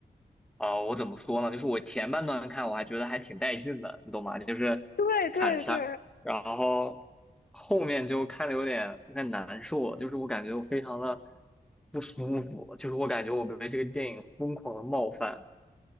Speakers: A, in the centre; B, on the left (about 65°).
A: 啊、我怎么说呢？就是我前半段看我还觉得还挺带劲的，你懂吗？就是砍杀，
B: 对对对，
A: 然后后面就看的有点有点难受，就是我感觉我非常的不舒服，就是我感觉我被这个电影疯狂的冒犯